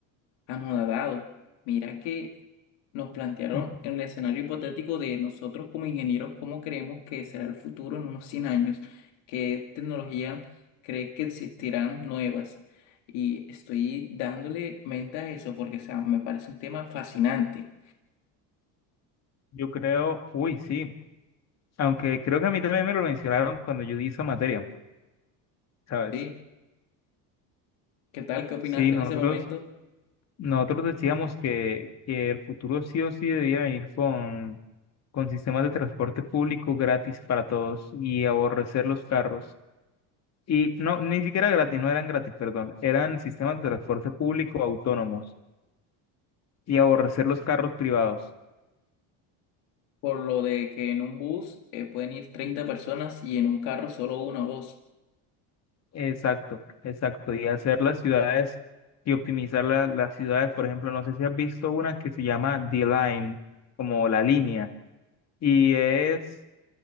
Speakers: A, on the left; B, on the left.
A: anodadado. Mira que nos plantearon
B: <laughs>
A: en el escenario hipotético de nosotros como ingenieros, cómo creemos que será el futuro en unos 100 años, qué tecnologías cree que existirán nuevas. Y estoy dándole mente a eso porque, o sea, me parece un tema fascinante.
B: Yo creo, uy, sí, aunque creo que a mí también me lo mencionaron cuando yo di esa materia, ¿sabes?
A: ¿Sí? ¿Qué tal? ¿Qué opinaste
B: Sí, nosotros,
A: en ese momento?
B: nosotros decíamos que, que el futuro sí o sí debía venir con, con sistemas de transporte público gratis para todos y aborrecer los carros. Y no, ni siquiera gratis, no eran gratis, perdón, eran sistemas de transporte público autónomos y aborrecer los carros privados.
A: por lo de que en un bus eh, pueden ir 30 personas y en un carro solo uno o dos.
B: Exacto, exacto. Y hacer las ciudades y optimizar la- las ciudades. Por ejemplo, no sé si has visto una que se llama the line como la línea. Y es,